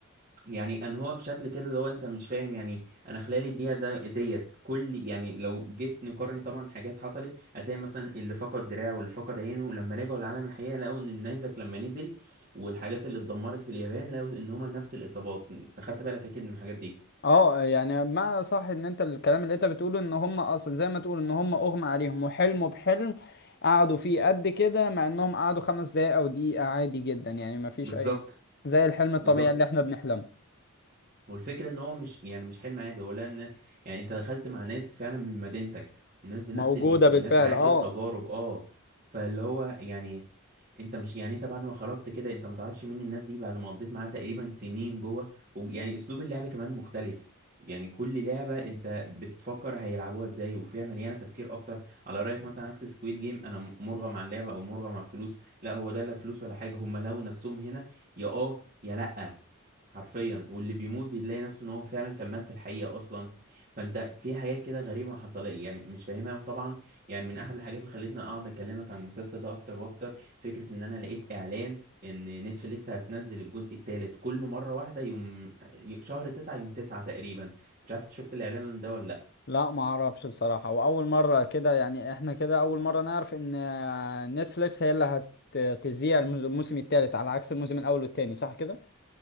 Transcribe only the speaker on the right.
يعني انهوا بشكل كده اللي هو انت مش فاهم يعني انا خلال الدقيقه ده ديت كل يعني لو جيت نقارن طبعا حاجات حصلت هتلاقي مثلا اللي فقد دراعه واللي فقد عينه ولما رجعوا لعالم الحقيقه لقوا ان النيزك لما نزل والحاجات اللي اتدمرت في اليابان لقوا ان هما نفس الاصابات انت خدت بالك اكيد من الحاجات دي
بالظبط
بالظبط
والفكرة ان هو مش يعني مش حلم عادي هو لا ان يعني انت دخلت مع ناس فعلا من مدينتك وناس بنفس
الاسم
وناس عاشت
تجارب اه فاللي هو يعني انت مش يعني انت بعد ما خرجت كده انت ما تعرفش مين الناس دي بعد ما قضيت معاها تقريبا سنين جوه ويعني اسلوب اللعبة كمان مختلف يعني كل لعبة انت بتفكر هيلعبوها ازاي وفيها مليانة تفكير اكتر على رأيك مثلا عكس سكويد جيم انا مرغم على اللعبة او مرغم على الفلوس لا هو ده لا فلوس ولا حاجة هم لو نفسهم هنا يا اه يا لا حرفيا واللي بيموت بيلاقي نفسه ان هو فعلا كان مات في الحقيقة اصلا فانت في حاجات كده غريبة ما حصلت يعني مش فاهمها وطبعا يعني من احد الحاجات اللي خلتني اقعد اكلمك عن المسلسل ده اكتر واكتر فكرة ان انا لقيت اعلان ان نتفليكس هتنزل الجزء الثالث كله مرة واحده يوم شهر تسعة يوم تسعة تقريبا مش عارف انت شفت الاعلان ده ولا